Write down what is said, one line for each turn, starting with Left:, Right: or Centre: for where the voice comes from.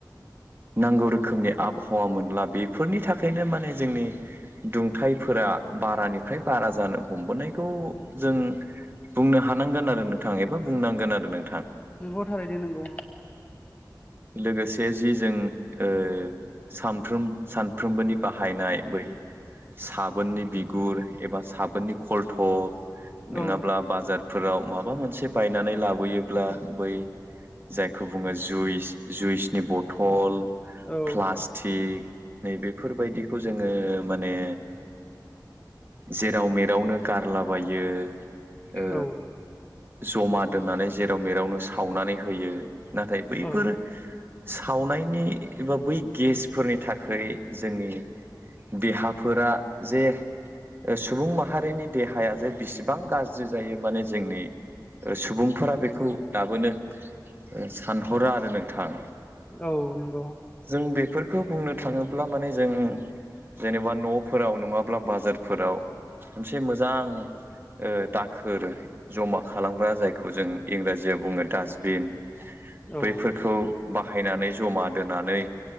Right: नांगौ रोखोमनि आबहावा मोनला। बेफोरनि थाखायनो माने जोंनि दुंथाइफोरा दा बारानिफ्राय बारा जानो हमबोनायखौ जों बुंनो हानांगोन आरो नोंथाङा एबा बुंनांगोन आरो नों
Left: नंगौ थारैनो नंगौ।
Right: लोगोसे जि जों ओ सानफ्रोम सानफ्रोमबोनि बाहायनाय बै साबोननि बिगुर एबा साबोननि खलथब नङाब्ला
Left: औ
Right: बाजार फोराव माबा मोनसे बायनानै लाबोयोब्ला बै जायखौ बुङो जुइस जुइसनि बथल
Left: औ
Right: प्लास्टिक नै बेेफोरबायदिखौ जोङो माने जेराव मेेरावनो गारलाबायो ओ
Left: औ
Right: जमा दोननानै जेराव मेरावनो सावनानै होयो। नाथाय बैफोर
Left: औ
Right: सावनायनि एबा बै गेसफोरनि थाखाय जोंनि देहाफोरा जे सुबुं माहारिनि देहाया जे बिसे बां गाज्रि जायो माने जोंनि सुबुंफोरा बेखौ दाबोनो सानहरो आरो नोंथां।
Left: औ नंगौ।
Right: जों बेफोरखौ बुंनो थाङोब्ला माने जों जेनेबा न'फोराव नङाब्ला बाजारफोराव मोनसे मोजां ओ दाखोर जमा खालामग्रा जायखौ जों इंराजियाव बुङो डासटबिन
Left: औ
Right: बैफोरखौ बाहायनानै जमा दोनानै